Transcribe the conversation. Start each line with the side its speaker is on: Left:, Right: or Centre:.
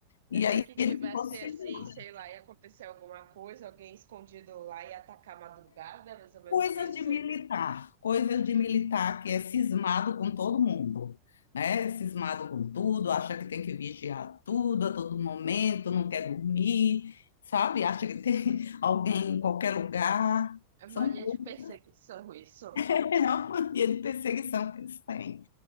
Left: E
Right: Vai
Left: aí
Right: que tivesse
Left: ele ficou cismado.
Right: assim, sei lá, ia acontecer alguma coisa, alguém escondido lá e atacar a madrugada, mais ou menos
Left: Coisas
Right: isso.
Left: de militar, coisas de militar que é cismado com todo mundo, né? É Cismado com tudo, acha que tem que vigiar tudo a todo momento, não quer dormir, sabe? Acha que tem <laughs> alguém em qualquer lugar.
Right: É mania
Left: São coisas,
Right: de perseguição isso.
Left: <laughs> é uma mania de perseguição que eles têm.